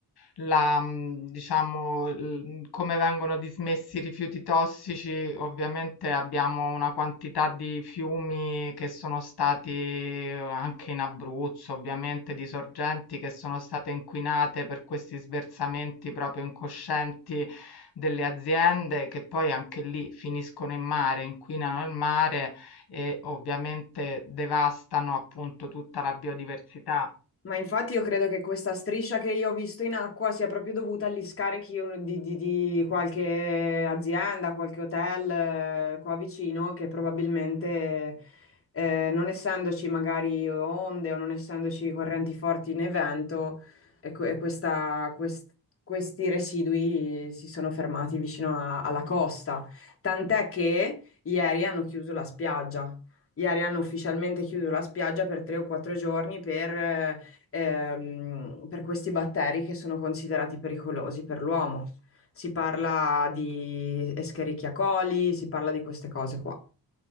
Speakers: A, on the left; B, on the left.
A: la, mhmm, diciamo, il mhmm, come vengono dismessi i rifiuti tossici, ovviamente abbiamo una quantità di fiumi che sono stati eh, anche in Abruzzo, ovviamente, di sorgenti che sono state inquinate per questi sversamenti proprio incoscienti delle aziende, che poi anche lì finiscono in mare, inquinano il mare e ovviamente devastano appunto tutta la biodiversità.
B: Ma infatti io credo che questa striscia che io ho visto in acqua sia proprio dovuta agli scarichi un- di, di- di qualche azienda, qualche hotel eh, qua vicino che probabilmente eh, non essendoci magari onde o non essendoci correnti forti né vento, e que- e questa- quest- questi residui si sono fermati vicino a- alla costa. Tant'è che ieri hanno chiuso la spiaggia. Ieri hanno ufficialmente chiuso la spiaggia per tre o quattro giorni per... eh, ehm, per questi batteri che sono considerati pericolosi per l'uomo. Si parla di Escherichia coli, si parla di queste cose qua.